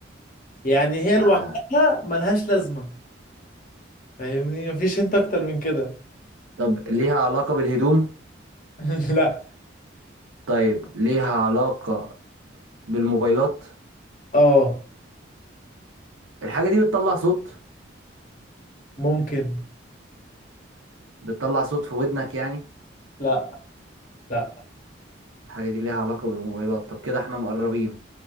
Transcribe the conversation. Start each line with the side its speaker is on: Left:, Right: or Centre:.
Left: يعني هي
Right: آه.
Left: لوحدها ملهاش لازمة فاهمني مفيش انت أكتر من كده
Right: طب ليها علاقة بالهدوم
Left: <laughs> لا
Right: طيب ليها علاقة بالموبايلات
Left: اه
Right: الحاجة دي بتطلع صوت
Left: ممكن
Right: بتطلع صوت في ودنك يعني
Left: لا لا
Right: الحاجة دي ليها علاقة بالموبايلات طب كده احنا مقربين